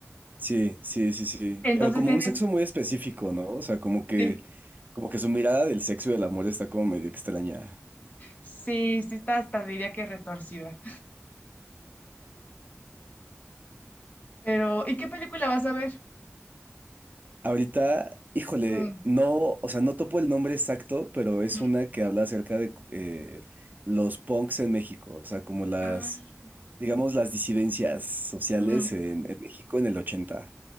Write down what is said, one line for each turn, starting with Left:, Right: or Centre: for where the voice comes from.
Right: sí, sí, sí, sí.
Left: Entonces,
Right: Pero como
Left: en
Right: un sexo muy específico, ¿no? O sea, como que,
Left: Sí,
Right: como que su mirada del sexo y del amor está como medio extraña.
Left: sí, sí está hasta diría que retorcida. Pero, ¿y qué película vas a ver?
Right: Ahorita, híjole,
Left: Mm,
Right: no, o sea, no topo el nombre exacto, pero es
Left: mm,
Right: una que habla acerca de eh, los punks en México. O sea, como las
Left: ah,
Right: digamos, las disidencias sociales
Left: mm,
Right: en, en México en el ochenta